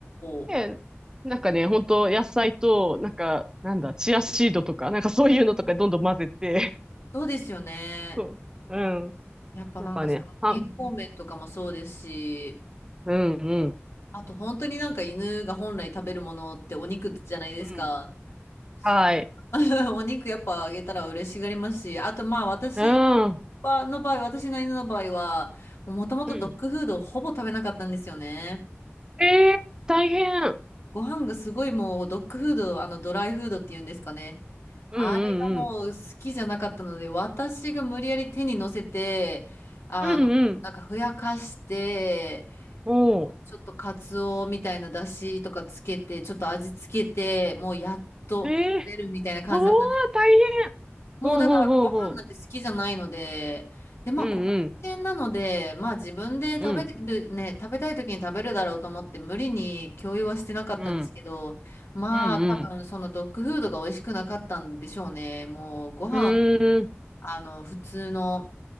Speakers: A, on the left; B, on the right.
A: お。
B: で、なんかね、本当野菜と、なんか、なんだ、チアシードとか、なんかそういうのとかどんどん混ぜて、
A: うんそうですよね。
B: <laughs> そう、うん。
A: やっぱなんかその健康面とかもそうですし、
B: なんかね、はん、うん、うん、
A: あと本当になんか犬が本来食べるものってお肉じゃないですか。
B: うん。
A: そう
B: はい。
A: <laughs> お肉やっぱあげたら嬉しがりますし、あとまあ私
B: うん。う
A: はの場合、私の犬の場合は、もともとドッグフードをほぼ食べなかったんですよね。
B: ん。えー大変。
A: ご飯がすごいもうドッグフード、あのドライフードっていうんですかね。
B: うんうんうん。
A: あれがもう好きじゃなかったので、私が無理やり手に乗せて、あの、
B: うんうん。
A: なんかふやかして、
B: おう。
A: ちょっとカツオみたいな出汁とかつけて、ちょっと味つけて、もうやっと食べるみたいな感じだったんです。
B: えおおー、大変。
A: もうだからご飯なんて好きじゃないので、
B: ほうほうほうほ
A: で、まあ小型犬なので、
B: う。うんうん。
A: まあ自分で食べる、
B: うん
A: ね、食べたい時に食べるだろうと思って無理に共有はしてなかったんですけど、
B: うん。
A: まあ多分そのドッグフードが美味しくなかったんでしょうね。
B: うんうん。
A: もうご飯、
B: うーん。
A: あの普通の